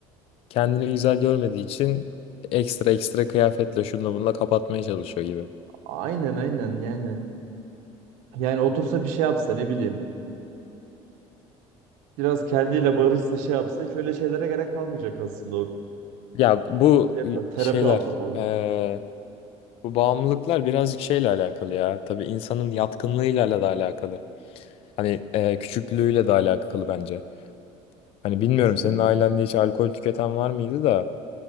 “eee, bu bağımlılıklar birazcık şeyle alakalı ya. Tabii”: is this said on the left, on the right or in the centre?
Left